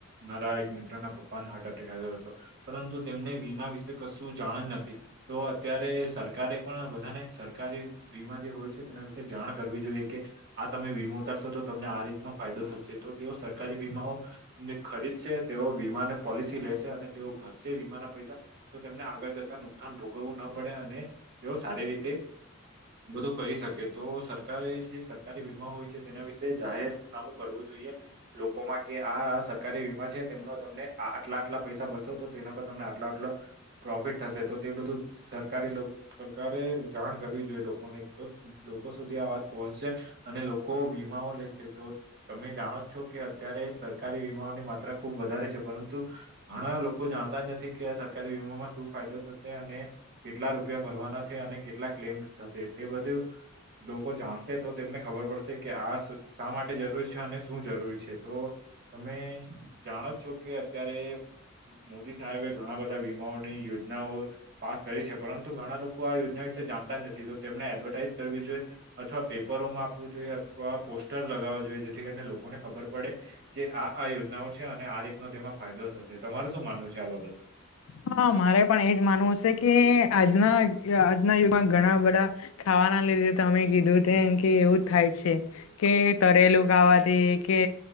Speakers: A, on the right; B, on the left.
A: મારા એક મિત્રના પપ્પાને હાર્ટ એટેક આવ્યો હતો પરંતુ તેમને વીમા વિશે કશું શું જાણ જ નથી તો અત્યારે સરકારે પણ બધાને સરકારી વીમા જે હોય છે તેના વિશે જાણ કરવી જોઈએ કે આ તમે વીમો ઉતારશો તો તમને આ રીતનો ફાયદો થશે તો તેઓ સરકારી નો ને ખરીદશે તેઓ વીમાને પોલિસી લેશે અને તેઓ ભરશે વીમાના પૈસા તો તેમને આગળ જતા નુકસાન ભોગવવું ન પડે અને તેઓ સારી રીતે બધું કરી શકે કે તો સરકારે જે સરકારી વીમા હોય છે તેના વિશે જાહેરનામું કરવું જોઈએ લોકોમાં કે આ આ સરકારી વીમા છે તેમનો તમને આટલા આટલા પૈસા ભરસો તો તેના પર તમને આટલો આટલો પ્રોફિટ થશે તો તે બધું સરકારી લો સરકારે જાણ કરવી જોઈએ લોકોને તો લોકો સુધી આ વાત પહોંચશે અને લોકો વીમાઓ લેશે તો તમે જાણો છો કે અત્યારે સરકારી વીમાઓની માત્રા ખુબ વધારે છે પરંતુ ઘણા લોકો જાણતા જ નથી કે આ સરકારી વીમામાં શું ફાયદો થશે અને કેટલા રૂપિયા ભરવાના છે અને કેટલા ક્લેમ થશે તે બધું લોકો જાણશે તો તેમને ખબર પડશે કે આ શા માટે જરૂરી છે અને શું જરૂરી છે તો તમે જાણો છો કે અત્યારે મોદી સાહેબે ઘણા બધા વીમાઓની યોજનાઓ પાસ કરી છે પરંતુ ઘણા લોકો આ યોજના વિશે જાણતા જ નથી તો તેમણે એડવર્ટાઈઇઝ કરવી જોઈએ અથવા પેપરોમાં આપવું જોઈએ અથવા પોસ્ટર લગાવવા જોઈએ જેથી કરીને લોકોને ખબર પડે કે આ આ યોજનાઓ છે અને આ રીતનો તેમાં ફાયદો થશે તમારું શું માનવું છે આ બાબત
B: હા મારે પણ એજ માનવું છે કે આજના આજના યુગમાં ઘણા બધા ખાવાના લીધે તમે કીધુંમ કે એવું થાય છે કે તરેલું ખાવાથી કે